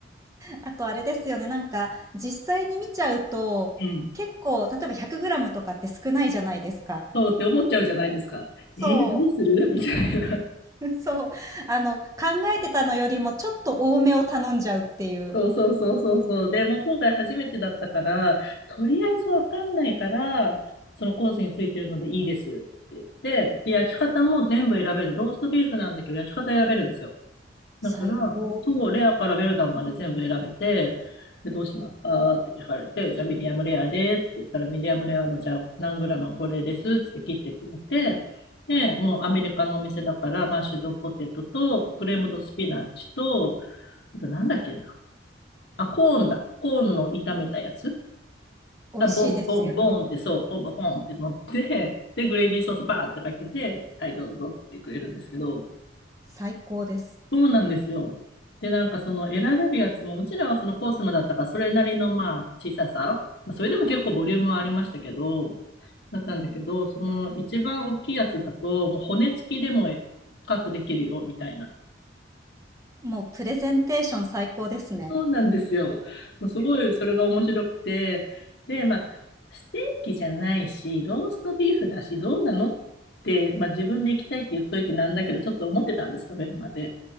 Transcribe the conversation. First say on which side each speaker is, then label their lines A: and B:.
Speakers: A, on the right (about 15°); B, on the left (about 65°).
A: あとあれですよね、なんか、実際に見ちゃうと、
B: うん。
A: 結構、例えば100グラムとかって少ないじゃないですか。
B: そうって思っちゃうじゃないですか。えー、
A: そ
B: どうするみたいな。
A: う、<laughs> そう。あの、考えてたのよりもちょっと多めを頼んじゃうっていう。
B: そうそうそうそうそう。で、もう今回初めてだったから、とりあえずわかんないから、そのコースについてるのでいいですって言って、で、焼き方も全部選べる。ローストビーフなんだけど、焼き方選べるんですよ。だから、
A: 最高。
B: そう、レアからベルダンまで全部選べて、で、どうしますかって聞かれて、じゃあミディアムレアでって言ったら、ミディアムレアのじゃあ何グラムこれですって切ってくれて、で、もうアメリカのお店だから、マッシュドポテトと、クレームドスピナッチと、あとなんだっけなあ、コーンだ。コーンの炒めたやつ。
A: 美味しいですよね。
B: あ、ボンボンボンってそう、ボンボンボンって乗って、で、グレービーソースバーってかけて、はい、どうぞってくれるんですけど、
A: 最高です。
B: そうなんですよ。で、なんかその選べるやつも、うちらはそのコースのだったから、それなりのまあ小ささ、まあ、それでも結構ボリュームはありましたけど、だったんだけど、その一番大きいやつだと、もう骨付きでもカットできるよ、みたいな。
A: もうプレゼンテーション最高ですね。
B: そうなんですよ。もうすごいそれが面白くて、で、まあ、ステーキじゃないし、ローストビーフだし、どうなのって、まあ、自分で行きたいって言っといてなんだけど、ちょっと思ってたんです、食べるまで。